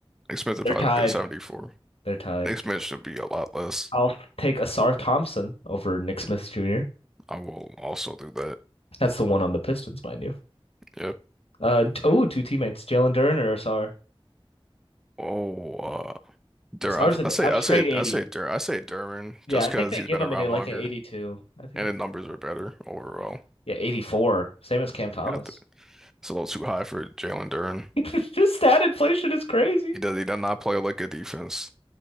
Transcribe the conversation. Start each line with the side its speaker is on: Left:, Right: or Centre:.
Centre: Nick Smith would
Left: They're
Centre: probably
Left: tied.
Centre: look at 74.
Left: They're tied.
Centre: Nick Smith should be a lot less.
Left: I'll take Asar Thompson over Nick Smith Jr.
Centre: I will also do that.
Left: That's the one on the Pistons, mind you.
Centre: Yep.
Left: Uh, oh, two teammates, Jalen Duren or Asar.
Centre: Oh, uh, Dur
Left: Asar's
Centre: I,
Left: an
Centre: I say,
Left: a
Centre: I
Left: straight
Centre: say,
Left: 80.
Centre: I say Dur I say Duran
Left: Yeah,
Centre: just
Left: I
Centre: because
Left: think they
Centre: he's
Left: give
Centre: been
Left: him
Centre: around
Left: an like
Centre: longer
Left: an 82. I think
Centre: and
Left: they,
Centre: the numbers are better overall.
Left: yeah, 84. Same as Cam Thomas.
Centre: Yeah, I th- it's a little too high for Jalen Duran.
Left: <laughs> this stat inflation is crazy.
Centre: He does. He does not play like a defense.